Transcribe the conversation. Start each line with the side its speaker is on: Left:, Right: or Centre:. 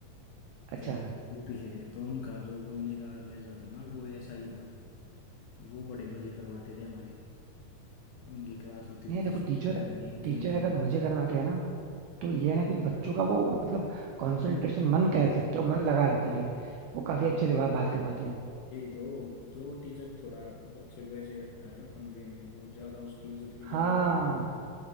Right: अच्छा
Left: त्यागी सर यूपी से थे तो उनका जो बोलने का लहजा था ना वो ऐसा ही था वो बड़े मजे करवाते थे हमारे उनकी क्लास होती
Right: नहीं
Left: थी
Right: देखो
Left: जिस टाइम
Right: टीचर
Left: पे हम गेम
Right: टीचर
Left: खेल रहे
Right: अगर
Left: हैं
Right: मजे
Left: उनके
Right: करवाते
Left: टाइम
Right: हैं ना तो ये है ना कि बच्चों का वो मतलब कंसंट्रेशन मन कह सकते हो मन लगा रहता है भाई वो काफी
Left: पे हाँ।
Right: अच्छे से बा, बात कर पाते हैं
Left: यही तो जो टीचर थोड़ा बच्चे को ऐसे रखता है ना फन वे में वो ज्यादा उसकी इज्जत भी ज्यादा
Right: हाँ
Left: करते हैं